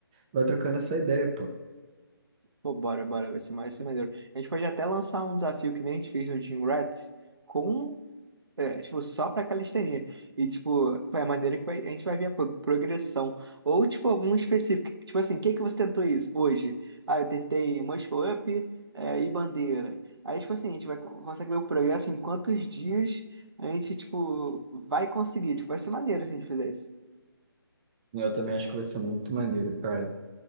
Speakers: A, on the right; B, on the right.
A: vai trocando essa ideia, pô.
B: Pô, bora, bora, vai ser mais, vai ser maneiro. A gente pode até lançar um desafio que nem a gente fez no Jim Rats com É, tipo, só pra calistenia. E, tipo, é a maneira que vai- a gente vai ver a pro- progressão. Ou, tipo, algum específico. Tipo assim, o que que você tentou isso hoje? Ah, eu tentei muscle up, é, e bandeira. Aí, tipo assim, a gente vai, co- consegue ver o progresso em quantos dias a gente, tipo, vai conseguir. Tipo, vai ser maneiro se a gente fizer isso.
A: Eu também acho que vai ser muito maneiro, cara.